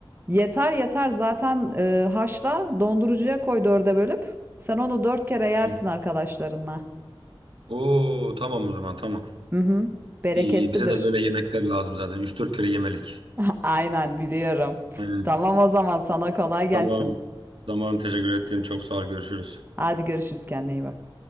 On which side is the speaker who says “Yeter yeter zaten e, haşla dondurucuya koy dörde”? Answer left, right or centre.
Right